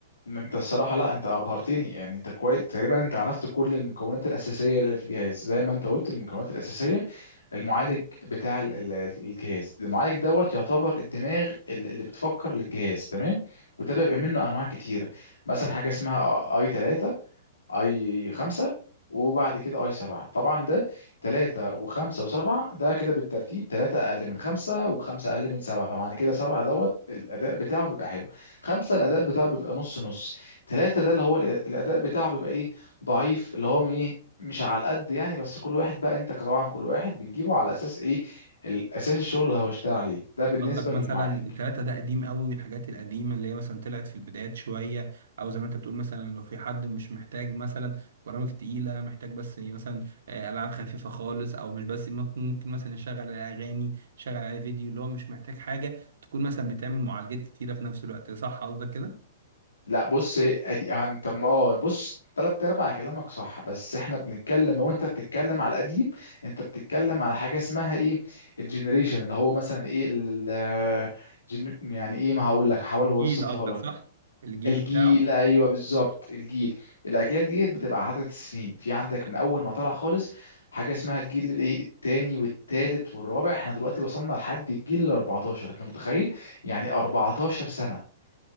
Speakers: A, on the left; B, on the right.
A: انت الصراحه لا انت ابهرتني يعني انت كويس تقريبا انت عرفت كل المكونات الاساسيه اللي في الجهاز زي ما انت قلت المكونات الاساسيه المعالج بتاع ال- ال- الجهاز المعالج دوت يعتبر الدماغ ال- اللي بتفكر للجهاز تمام وده بيبقى منه انواع كتيره مثلا حاجه اسمها اي 3 اي خمسة وبعد كده اي سبعة طبعا ده تلاتة وخمسة وسبعة ده كده بالترتيب تلاتة اقل من خمسة وخمسة اقل من سبعة فمعنى كده سبعة دوت الاداء بتاعه بيبقى حلو خمسة الاداء بتاعه بيبقى نص نص تلاتة ده اللي هو الأ- الاداء بتاعه بيبقى ايه ضعيف اللي هو ايه مش على القد يعني بس كل واحد بقى انت طبعا كل واحد بنجيبه على اساس ايه الاساس الشغل اللي هو اشتغل عليه ده بالنسبة
B: قصدك مثلا
A: للمعالج
B: التلاتة ده قديم قوي الحاجات القديمة اللي هي مثلا طلعت في البدايات شوية او زي ما انت بتقول مثلا لو في حد مش محتاج مثلا برامج تقيلة محتاج بس مثلا آه، ألعاب خفيفة خالص او مش بس ممكن ممكن مثلا يشغل اغاني يشغل عليه فيديو اللي هو مش محتاج حاجة تكون مثلا بتعمل معالجات كتيرة في نفس الوقت صح قصدك كده
A: لا بص ادي عن طب ما- اه بص تلات ارباع كلامك صح بس احنا بنتكلم لو انت بتتكلم على القديم انت بتتكلم على حاجه اسمها ايه الجنريشن اللي هو مثلا ايه ال ال- جن- يعني ايه ما هقول لك هحاول
B: الجيل
A: ابسطها
B: قصدك
A: لك
B: صح الجيل
A: الجيل
B: بتاعه
A: ايوه بالظبط الجيل الاجيال ديت بتبقى عدد السنين في عندك من اول ما طلع خالص حاجه اسمها الجيل الايه التاني والتالت والرابع احنا دلوقتي وصلنا لحد الجيل ال 14 انت متخيل يعني 14 سنه